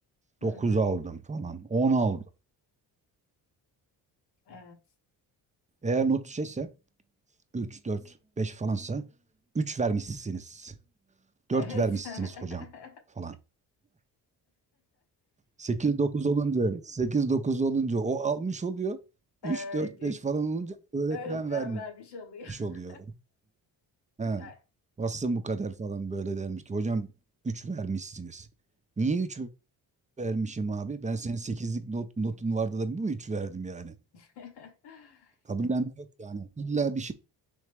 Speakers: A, on the left (about 65°); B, on the right (about 15°).
A: Hı
B: 9
A: hı.
B: aldım falan, 10 aldım.
A: Evet.
B: Eğer not şeyse 3, 4, 5 falansa 3 vermişsiniz.
A: Evet.
B: 4 vermişsiniz
A: <laughs>
B: hocam falan. 8, 9 olunca 8, 9 olunca o almış oluyor.
A: Evet,
B: 3, 4, 5 falan olunca öğretmen
A: öğretmen
B: vermiş
A: vermiş oluyor.
B: oluyor.
A: <laughs>
B: He.
A: Ya.
B: Bassın bu kadar falan böyle dermiş ki hocam 3 vermişsiniz. Niye 3 vermişim abi? Ben senin sekizlik not, notun vardı da bu mu 3 verdim yani?
A: <laughs>
B: Kabullenme yok yani. İlla bir